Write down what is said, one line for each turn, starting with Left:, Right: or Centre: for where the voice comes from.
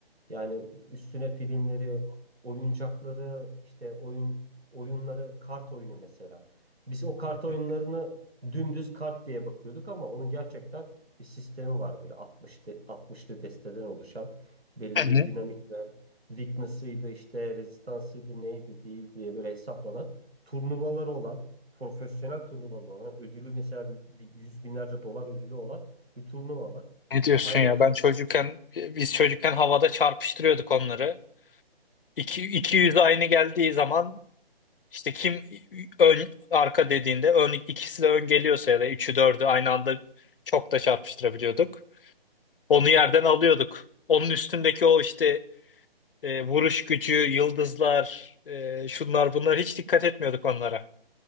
Right: Yani üstüne filmleri, oyuncakları, işte oyun oyunları, kart oyunu mesela. Biz o kart
Left: Hı
Right: oyunlarını
Left: hı.
Right: dümdüz kart diye bakıyorduk ama onun gerçekten bir sistemi var böyle 60 de, 60'lı desteden oluşan belli
Left: Hı
Right: bir dinamikle weakness'ıydı işte rezistansıydı neydi değil diye böyle hesaplanan turnuvaları olan profesyonel turnuvaları olan ödülü mesela bir- yüz binlerce dolar ödülü olan bir turnuva var.
Left: Ne diyorsun
Right: Aynısı
Left: ya? Ben çocukken biz çocukken havada çarpıştırıyorduk onları. İki, iki yüz aynı geldiği zaman İşte kim ön arka dediğinde ön ikisi de ön geliyorsa ya da üçü dördü aynı anda çok da çarpıştırabiliyorduk. Onu
Right: Hı hı.
Left: yerden alıyorduk. Onun üstündeki o işte e, vuruş gücü, yıldızlar, e, şunlar bunlar hiç dikkat etmiyorduk onlara.